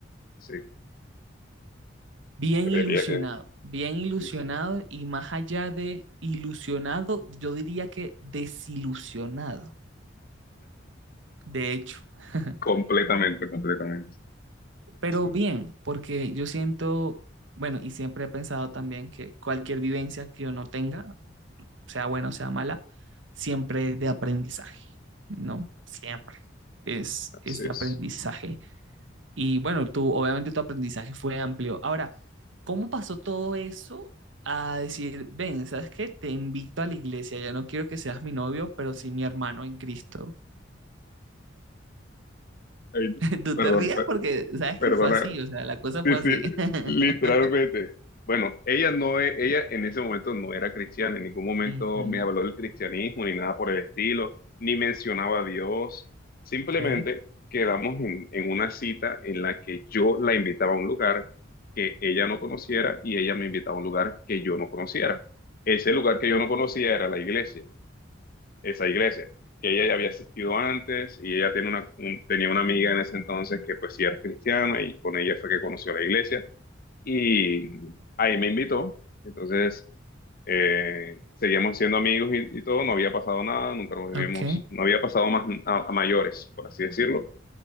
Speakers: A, on the left; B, on the right.
A: Sí,
B: Bien
A: creería
B: ilusionado,
A: que es.
B: bien ilusionado
A: es-
B: y más allá de ilusionado, yo diría que desilusionado, de hecho. <laughs>
A: Completamente, completamente.
B: Pero
A: Sí,
B: bien, porque yo siento, bueno, y siempre he pensado también que cualquier vivencia que uno tenga sea buena o sea mala, siempre es de aprendizaje, ¿no? Siempre es, es
A: así
B: de
A: es.
B: aprendizaje. Y bueno, tú, obviamente tu aprendizaje fue amplio. Ahora, ¿cómo pasó todo eso a decir, ven, ¿sabes qué? Te invito a la iglesia, ya no quiero que seas mi novio, pero sí mi hermano en Cristo.
A: Ay, no.
B: <laughs> Tú
A: perdón,
B: te ríes
A: per-
B: porque sabes
A: perdona.
B: que fue así, o sea, la cosa
A: Sí,
B: fue
A: sí,
B: así. <laughs>
A: literalmente. Bueno, ella no e- ella en ese momento no era cristiana, en ningún momento
B: Ujú,
A: me habló del cristianismo ni nada por el estilo, ni mencionaba a Dios. Simplemente
B: Ok.
A: quedamos en, en una cita en la que yo la invitaba a un lugar que ella no conociera y ella me invitaba a un lugar que yo no conociera. Ese lugar que yo no conocía era la iglesia. esa iglesia, que ella ya había asistido antes y ella tiene una, un- tenía una amiga en ese entonces que pues sí era cristiana y con ella fue que conoció la iglesia y ahí me invitó, entonces eh, seguíamos siendo amigos y, y todo, no había pasado nada, nunca nos habíamos,
B: Ok.
A: no había pasado más a, a mayores, por así decirlo.